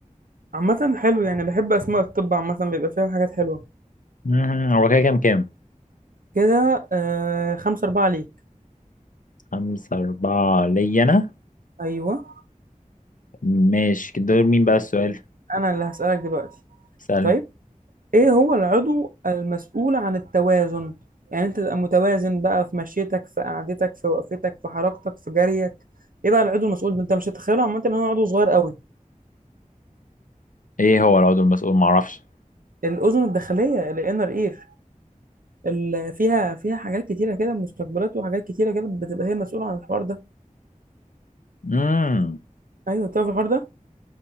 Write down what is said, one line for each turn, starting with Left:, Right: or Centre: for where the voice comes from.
Right: عامة حلو يعني بحب أسماء الطب عامة بيبقى فيها حاجات حلوة
Left: مم، هو كده كام كام
Right: كده آه... خمسة أربعة ليك
Left: خمسة أربعة ليا أنا
Right: أيوه
Left: ماشي دور مين بقى السؤال
Right: انا اللي هسألك دلوقتي
Left: سألني
Right: طيب ايه هو العضو المسؤول عن التوازن يعني انت تبقى متوازن بقى في مشيتك في قعدتك في وقفتك في حركتك في جريك ايه بقى العضو المسؤول ده انت مش هتتخيله عامه ان هو عضو صغير قوي
Left: إيه هو العضو المسؤول معرفش
Right: الاذن الداخليه الانر اير اللي فيها فيها حاجات كتيره كده مستقبلات وحاجات كتيره كده بتبقى هي مسؤوله عن الحوار ده
Left: مم.
Right: ايوه تعرف الحوار ده